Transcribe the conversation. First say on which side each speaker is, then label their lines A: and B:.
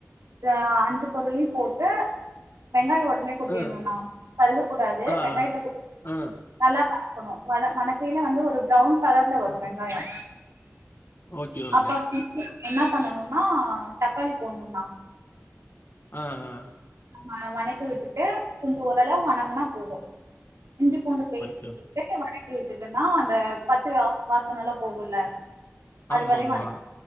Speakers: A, on the right; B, on the left.
A: இத அஞ்சு பொருளையும் போட்டு வெங்காயம் ஒட் உள்ள கொட்டியிரணுன்னா
B: ஆ
A: கருகக் கூடாது
B: ஆ
A: வெங்காயத்த கொ
B: ஆ
A: நல்லா <unintelligible> க்கணு வண வணக்கையில வந்து ஒரு ப்ரௌன் கலர்ல வரு வெங்காயோ
B: ஓகே ஓகே
A: அப்ப வந்து என்ன பண்ணணுன்னா தக்காளி போடுன்ண்ணா
B: ஆஹ் ஆஹ்
A: நல்லா வணக்கி விட்டுட்டு கொஞ்சோ ஓரளவு வனங்குனா போது இஞ்சி பூண்டு பேஸ்ட்டு
B: ஓகே
A: போட்டு
B: ஓகே
A: <unintelligible> விட்டுட்டுன்னா அந்த பச்ச வாச வாசனை எல்லாம் போகும்ல அது
B: ஆமாம்மா
A: வரையு வணக்கி